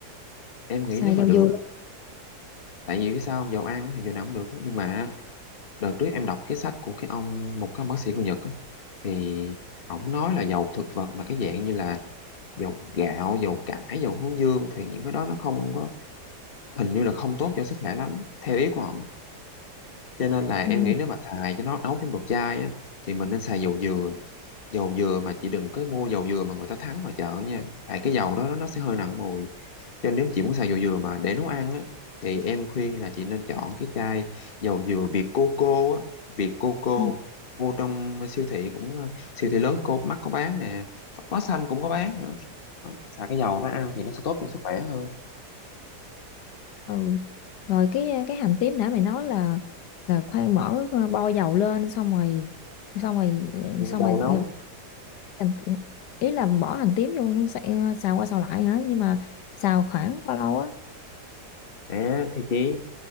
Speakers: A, on the left; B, on the left.
A: em nghĩ
B: xài
A: nếu
B: dầu
A: mà được,
B: dừa luôn
A: tại vì biết sao không, dầu ăn thì dầu nào cũng được. Nhưng mà đợt trước em đọc cái sách của cái ông, một cái ông bác sĩ người Nhật á, thì ổng nói là dầu thực vật là cái dạng như là dầu gạo, dầu cải, dầu hướng dương thì những cái đó nó không có, hình như là không tốt cho sức khỏe lắm, theo ý của ổng. Cho nên là em
B: ừ.
A: nghĩ nếu mà xài cho nó nấu trong đồ chai á, thì mình nên xài dầu dừa. Dầu dừa mà chị đừng có mua dầu dừa mà người ta thắng ngoài chợ nha. Tại cái dầu đó nó sẽ hơi nặng mùi Cho nên nếu chị muốn xài dầu dừa mà để nấu ăn á, thì em khuyên là chị nên chọn cái chai dầu dừa Việt Coco á, Việt Coco
B: ừ.
A: vô trong siêu thị cũng ờ, siêu thị lớn cô mắc có bán nè, bách hóa xanh cũng có bán nữa. Đó, Xài cái dầu nó ăn thì nó sẽ tốt cho sức khỏe hơn.
B: ừ. rồi cái cái hành tím nãy mày nói là là khoan mở bo dầu lên xong rồi xong rồi xong
A: Dầu
B: rồi
A: nấu
B: hành- ý là bỏ hành tím vô xay- xào qua xào lại hả nhưng mà xào khoảng bao lâu á
A: À thì chị